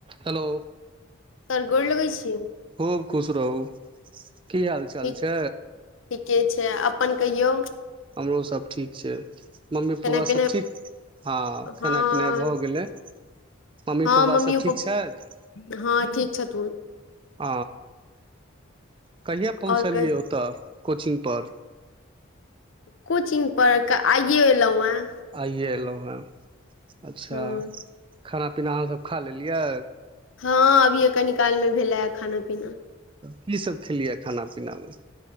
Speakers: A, on the right; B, on the left.
A: hello
B: sir गोर लगै छी
A: खूब खुश रहू की हाल चाल
B: ठीक
A: छै
B: ठीके छै अपन कहियौ
A: हमरो सब ठीक छै मम्मी
B: खेनाइ
A: पापा
B: पिनाइ
A: सभ ठीक आ खेनाइ
B: हँ
A: पिनाइ भऽ गेलै मम्मी
B: हँ
A: पाप्पा
B: मम्मियो
A: सभ ठीक
B: पप्पा
A: छैत
B: हँ ठीक छथुन
A: ह कहिआ पहुँचलियै
B: आओर कह
A: ओतऽ कोचिंग पर
B: कोचिंग पढ़ क आइये एलहुँ यां
A: आइए एलहु हैं अच्छा
B: हूँ
A: खाना पीना अहाँ सभ खा लेलियै
B: हँ अभी कनी काल मे भेले खाना पीना
A: की सभ खेलियै खाना पीना मे